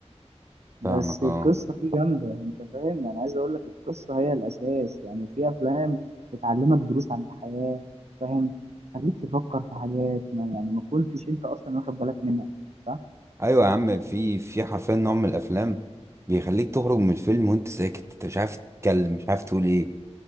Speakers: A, on the right (about 70°); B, on the right (about 25°).
A: بس
B: فاهمك اه
A: القصة فيه جامدة أنت فاهم يعني عايز أقول لك القصة هي الأساس يعني وفي أفلام بتعلمك دروس عن الحياة فاهم خليك تفكر في حاجات ما يعني ما كنتش أنت أصلا واخد بالك منها صح؟
B: ايوه يا عم في في حرفيا نوع من الافلام بيخليك تخرج من الفيلم وانت ساكت انت مش عارف تتكلم مش عارف تقول ايه